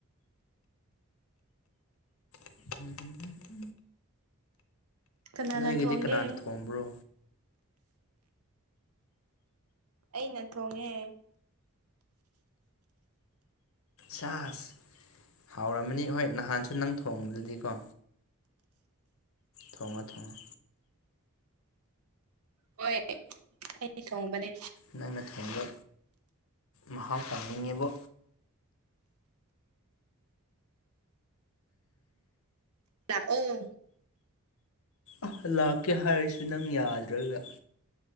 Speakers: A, on the left (about 65°); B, on the right (about 80°).
A: ꯎꯝ
B: ꯀꯅꯥꯅ
A: ꯅꯣꯏꯒꯤꯗꯤ
B: ꯊꯣꯡꯒꯦ
A: ꯀꯅꯥꯅ ꯊꯣꯡꯕ꯭ꯔꯣ
B: ꯑꯩꯅ ꯊꯣꯡꯉꯦ
A: ꯁꯥꯁ ꯍꯥꯎꯔꯝꯃꯅꯤ ꯍꯣꯏ ꯅꯍꯥꯟꯁꯨ ꯅꯪ ꯊꯣꯡꯕꯗꯨꯗꯤꯀꯣ ꯊꯣꯉ ꯊꯉ
B: ꯍꯣꯏ ꯑꯩ ꯊꯣꯡꯕꯅꯦ
A: ꯅꯪꯅ ꯊꯦꯡꯕ ꯃꯍꯥꯎ ꯇꯣꯡꯅꯤꯡꯉꯦꯕ
B: ꯂꯥꯛ ꯑꯣ
A: ꯑ ꯂꯥꯛꯀꯦ ꯍꯥꯏꯔꯁꯨ ꯅꯪ ꯌꯥꯗ꯭ꯔꯣꯏꯕ